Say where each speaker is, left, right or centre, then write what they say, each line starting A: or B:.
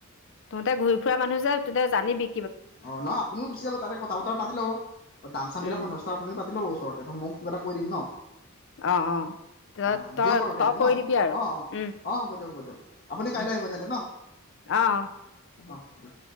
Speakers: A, on the left; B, on the left.
A: তহতে ঘূৰি ফুৰা মানুহ যে তহতে জানি বি
B: অ ন আপুনিও গুচি যাব তাতে কথা বতৰা পাতি ল'ব দাম চামবিলাক
A: উম
B: কথা চথা আপুনিও পাতি ল'ব ওচৰতে মই কিবা এটা কৈ দিম ন
A: অ অ ত
B: অ
A: তই
B: দিয়ক বাৰু তেন্তে
A: তই কৰি
B: ন
A: দিবি আৰু
B: অ অ
A: উম
B: অ হ'ব দিয়ক হ'ব দিয়ক আপুনি কাইলৈ
A: উম
B: আহিব তেন্তে ন
A: অ অ হ'ব
B: অঁ দিয়ক